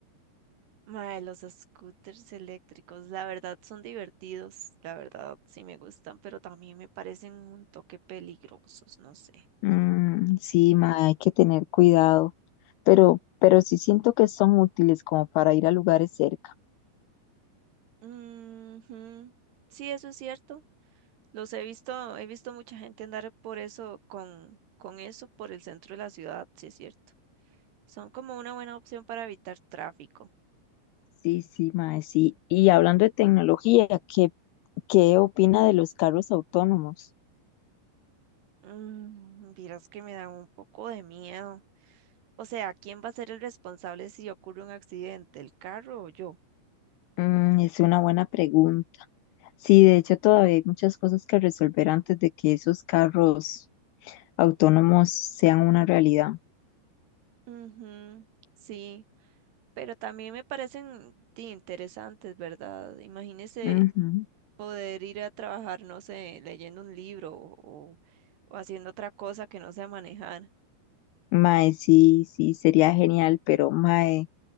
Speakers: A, on the right; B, on the left.
A: Mae, los scooters eléctricos, la verdad son divertidos, la verdad sí me gustan, pero también me parecen un toque peligrosos, no sé.
B: Mm, sí, ma, hay que tener cuidado, pero, pero sí siento que son útiles como para ir a lugares cerca.
A: Ujú, Sí, eso es cierto. Los he visto, he visto mucha gente andar por eso, con, con eso por el centro de la ciudad, sí es cierto. Son como una buena opción para evitar tráfico.
B: Sí, sí, mae, sí. Y hablando de tecnología, ¿qué ¿Qué opina de los carros autónomos?
A: Mm, vieras que me dan un poco de miedo. O sea, ¿quién va a ser el responsable si ocurre un accidente, el carro o yo?
B: Mm, es una buena pregunta. Sí, de hecho todavía hay muchas cosas que resolver antes de que esos carros autónomos sean una realidad.
A: Ujú, sí, pero también me parecen di, interesantes, ¿verdad? Imagínese
B: Ujú.
A: poder ir a trabajar, no sé, leyendo un libro o, o o haciendo otra cosa que no sea manejar.
B: Mae, sí, sí, sería genial, pero mae,